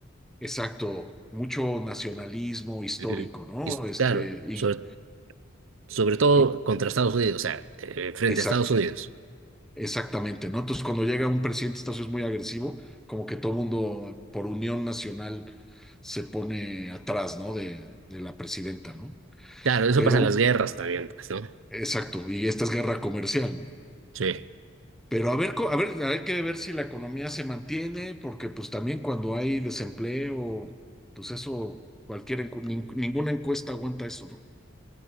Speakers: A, in the centre; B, on the right.
A: Exacto, mucho nacionalismo histórico,
B: Ujú.
A: ¿no?
B: Y s-
A: Este,
B: claro,
A: y,
B: sobre, sobre todo
A: y-
B: contra Estados Unidos, o sea, eh, frente
A: exacto,
B: a Estados Unidos.
A: exactamente, ¿no? Entonces, cuando llega un presidente de Estados Unidos muy agresivo, como que todo mundo por unión nacional se pone atrás, ¿no? De, de la presidenta, ¿no?
B: Claro, eso
A: Pero,
B: pasa en las guerras también, pues, ¿no?
A: exacto, y esta es guerra comercial, ¿no?
B: Sí.
A: Pero a ver, co- a ver, hay que ver si la economía se mantiene, porque pues también cuando hay desempleo, pues eso, cualquier, encu- nin- ninguna encuesta aguanta eso, ¿no?